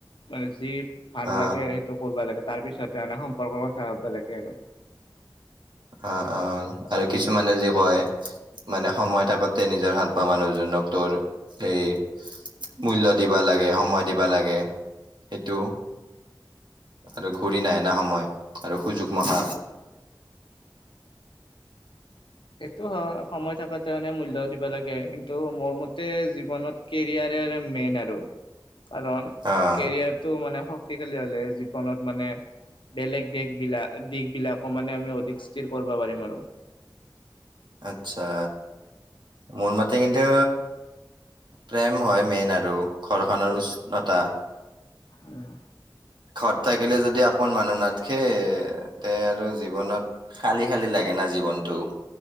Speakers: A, on the left (about 85°); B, on the right (about 70°).
A: মানে যি ভাল
B: অ
A: লাগে সেইটো কৰবা লাগে। তাৰপিছতহে মানে সম্পৰ্কৰ কথা ভাৱ ব লাগে আৰু।
B: অঁ' অঁ'আৰু কিছুমানে যি কয়, মানে সময় থাকোতে নিজৰ ভাল পোৱা মান নুহ জনক ত'ৰ সেই মূল্য দিবা লাগে, সময় দিবা লাগে, সেইটো আৰু ঘূৰি নাহে না সময়, আৰু সুযোগ মখা
A: সেইটো হয়, সময় থাকোতে মানে মূল্য দিব লাগে, কিন্তু মোৰ মতে জীৱনত কেৰিয়াৰ মেইন আৰু কাৰণ
B: আহ
A: কেৰিয়াৰটো মানে শক্তিশালী হ'লে জীৱনত মানে বেলেগ দিশ বিলাক, দিশ বিলাকো মানে আমি অধিক স্থিৰ কৰিব পাৰিম! আৰু
B: আচ্ছা মোৰমতে কিন্ত প্ৰেম হয় মেইন আৰু ঘৰখনৰ উষ্ণতা
A: উম
B: ঘৰত থাকিলে যদি আপন মানুহ নাথখে তে আৰু জীৱনত খালি খালি লাগে নথ জীৱনটো